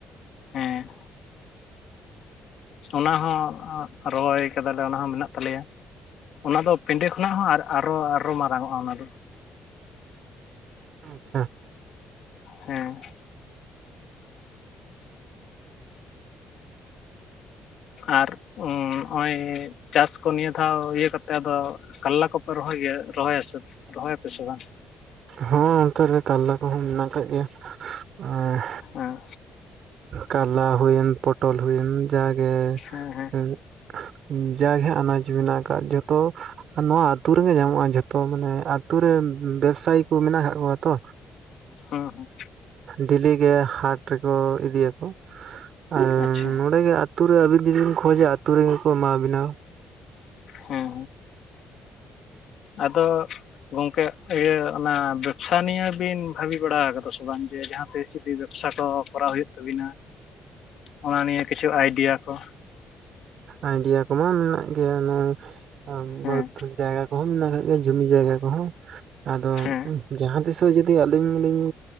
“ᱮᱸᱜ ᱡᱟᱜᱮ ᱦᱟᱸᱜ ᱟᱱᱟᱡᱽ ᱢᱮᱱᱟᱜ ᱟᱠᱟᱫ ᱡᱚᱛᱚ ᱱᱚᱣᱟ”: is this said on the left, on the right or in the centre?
Right